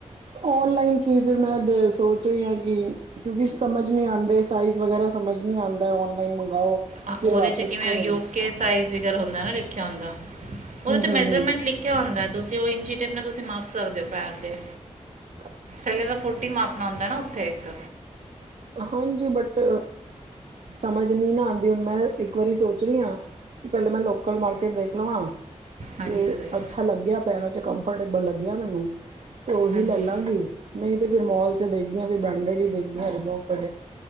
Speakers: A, on the right (about 60°); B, on the right (about 80°).
A: ਔਨਲਾਈਨ ਕੀ ਫਿਰ ਮੈਂ ਸੋਚ ਰਹੀ ਹਾਂ ਕਿ ਕਿਉਂਕਿ ਸਮਝ ਨਹੀਂ ਆਉਂਦੇ ਸਾਈਜ਼ ਵਗੈਰਾ ਸਮਝ ਨਹੀਂ ਆਉਂਦਾ ਔਨਲਾਈਨ ਮੰਗਵਾਓ
B: ਆ
A: ਫਿਰ
B: ਉਹਦੇ
A: ਵਾਪਿਸ
B: 'ਚ ਕਿਵੇਂ
A: ਕਰੋ
B: ਯੂਕੇ
A: ਹਮ
B: ਸਾਈਜ਼ ਵਗੈਰਾ ਹੁੰਦਾ ਨਾ ਲਿਖਿਆ ਹੁੰਦਾ ਉਹਦੇ ਤੇ ਮੈਜਰਮੈਂਟ
A: ਹਮ ਹਮ
B: ਲਿਖ ਕਿਆ ਹੁੰਦਾ ਤੁਸੀਂ ਉਹ ਇੰਚੀ ਟਿਪ ਨਾਲ ਤੁਸੀਂ ਮਾਪ ਸਕਦੇ ਹੋ ਪੈਰ ਦੇ।
A: <inaudible>
B: ਪਹਿਲੇ ਦਾ ਫੋਟੀ ਮਾਪਣਾ ਹੁੰਦਾ ਨਾ ਉੱਥੇ ਇੱਕ।
A: ਹਾਂਜੀ ਬਟ ਸਮਝ ਨੀ ਨਾ ਆਉਂਦੀ ਹੁਣ ਮੈਂ ਇੱਕ ਵਾਰੀ ਸੋਚ ਰਹੀ ਹਾਂ ਕਿ ਪਹਿਲੇ ਮੈਂ ਲੋਕਲ ਮਾਰਕੀਟ ਦੇਖ ਲਵਾਂ ਜੇ
B: ਹਾਂਜੀ ਵਹੀ
A: ਅੱਛਾ ਲੱਗਿਆ ਪੈਰਾਂ 'ਚ ਕੰਫਰਟੇਬਲ ਲੱਗਿਆ ਮੈਨੂੰ ਤੇ ਉਹੀ
B: ਹਾਂਜੀ
A: ਲੈ ਲਾਂਗੀ। ਨਹੀਂ ਤੇ ਫਿਰ ਮੋਲ 'ਚ ਦੇਖਦੀ ਫਿਰ ਬ੍ਰਾਂਡਡ ਹੀ ਦੇਖਦੀ ਰਿਬੋਕ ਐਡੀਡਾਸ